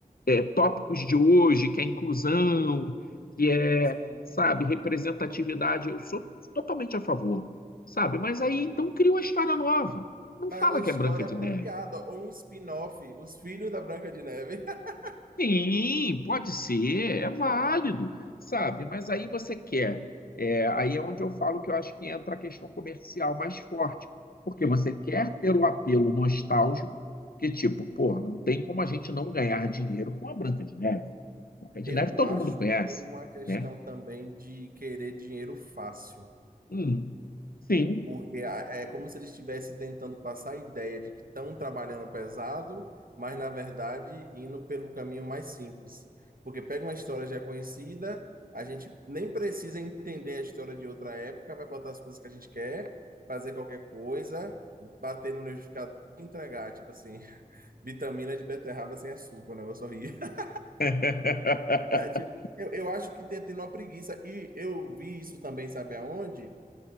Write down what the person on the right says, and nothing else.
Sim.
Faz
uma
história
apropriada,
ou um spin-off, Os Filhos da Branca de Neve. <laughs>
Eu
acho
que tem uma questão
também de querer dinheiro fácil.
Porque a- é como se eles estivessem tentando passar a ideia de que estão trabalhando pesado, mas na verdade indo pelo caminho mais simples. Porque pega uma história já conhecida, a gente nem precisa entender a história de outra época, vai botar as coisas que a gente quer, fazer qualquer coisa, bater no liquidificador e entregar, tipo assim, <laughs> vitamina de beterraba sem açúcar, o negócio horrível. <laughs>
É, tipo, eu, eu acho que tem, tem uma preguiça. E eu vi isso também, sabe aonde?